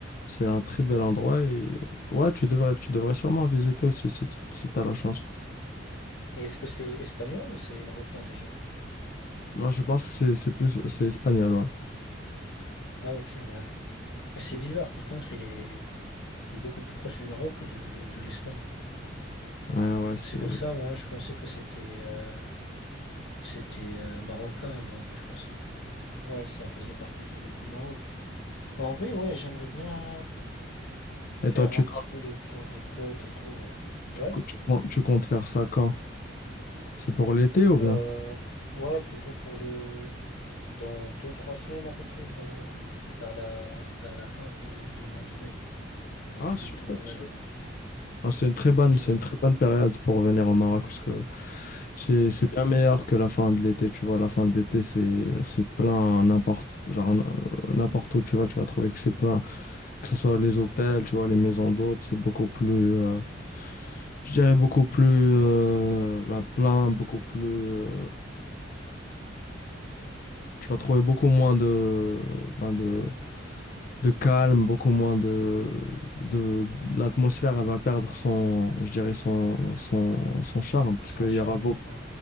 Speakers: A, on the left (about 45°); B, on the left (about 75°).
A: c'est un très bel endroit. Et ouais, tu devrais, tu devrais sûrement visiter aussi si, tu si t'as la chance.
B: Et est-ce que c'est espagnol ou c'est marocain déjà?
A: Non, je pense que c'est c'est plus, c'est espagnol, ouais.
B: Ah ok, ouais. Mais C'est bizarre, par contre, il est... est beaucoup plus proche du Maroc que de, de l'Espagne.
A: Ouais, ouais, c'est.
B: C'est pour ça, moi, je pensais que c'était euh, c'était euh, marocain, donc je pensais que ouais, ça faisait partie du, du Maroc. Mais en vrai, ouais, j'aimerais bien faire
A: Et toi, tu
B: un
A: comptes,
B: petit peu le tour des côtes et tout, ouais. Ouais.
A: tu, co- tu comptes, tu comptes faire ça quand? C'est pour l'été ou bien?
B: Euh, ouais, plutôt pour le dans deux, trois semaines à peu près, dans vers la vers la fin du, du mois de mai. Donc
A: Ah,
B: plutôt
A: super,
B: ouais,
A: super. Ah, C'est une très bonne,
B: j'aimerais
A: c'est une très bonne période pour venir au Maroc parce que c'est
B: de ouf.
A: c'est bien meilleur que la fin de l'été, tu vois. La fin de l'été, c'est c'est plein n'importe genre n- n'importe où tu vas, tu vas trouver que c'est plein, que ce soit les hôtels, tu vois, les maisons d'hôtes, c'est beaucoup plus euh, je dirais beaucoup plus euh, ben, plein, beaucoup plus euh, tu vas trouver beaucoup moins de ben, de de calme, beaucoup moins de, de l'atmosphère, elle va perdre son, je dirais son, son, son charme parce
B: Sans
A: qu'il
B: charme.
A: y aura beaucoup,
B: Ouais.